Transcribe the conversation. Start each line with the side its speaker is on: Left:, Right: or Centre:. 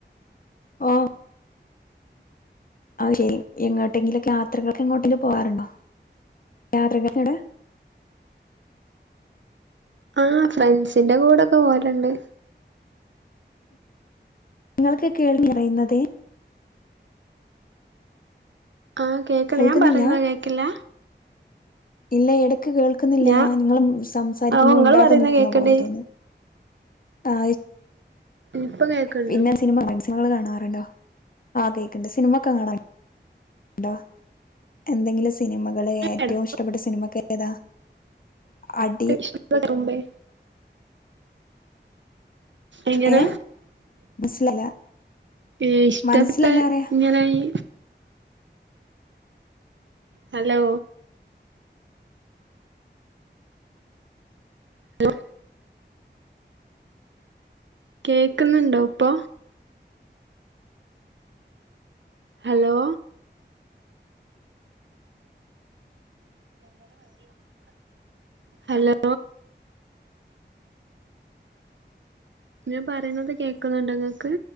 Left: ഓ അത് ശെരി എങ്ങോട്ടെങ്കിലൊക്കെ യാത്രകൾക്ക് എങ്ങോട്ടും പോവാറുണ്ടോ യാത്രകൾക്കെവടെ
Right: ആ ഫ്രണ്ട്സിന്റെ കൂടെക്കെ പോവലുണ്ട്
Left: നിങ്ങള്ക്ക് കേൾ നിറയുന്നതേ
Right: ആഹ് കേക്കണ്
Left: കേൾക്കുന്നില്ല?
Right: ഞാൻ പറയുന്ന കേക്കില്ല
Left: ഇല്ല എടക്ക കേൾക്കുന്നില്ല
Right: ഞാ
Left: നിങ്ങള് സംസാരിക്കുമ്പോ
Right: ഓഹ് ഇങ്ങള്
Left: മിണ്ടാതെ
Right: പറയുന്ന
Left: നിക്കുന്ന
Right: കേക്ക്ണ്ട്
Left: പോലെ തോന്നുന്നു ആ
Right: ഇപ്പൊ കേൾക്കണ്ടോ
Left: പിന്നെ സിനിമ സിനിമകൾ കാണാറുണ്ടോ ആ കേക്കണ്ട് സിനിമ ഒക്കെ കാണാറുണ്ടോ ഉണ്ടോ എന്തെങ്കിലും സിനിമകള് ഏറ്റവും
Right: എടക്ക്
Left: ഇഷ്ടപ്പെട്ട സിനിമക്ക ഏതാ അടി
Right: ഇഷ്ടപ്പെട്ട കുറുമ്പേ എങ്ങന
Left: ഏഹ്? മനസ്സിലായില്ല.
Right: ഏ ഇഷ്ടപ്പെട്ട
Left: മനസ്സിലായില്ല പറയാ.
Right: ഇങ്ങനെയി ഹലോ ഹലോ കേക്കുന്നുണ്ടോ ഇപ്പൊ ഹലോ രണ്ടെണം വരെ വന്ന ഹലോ ഞാ പറയുന്നത് കേൾക്കുന്നുണ്ടങ്ങക്ക്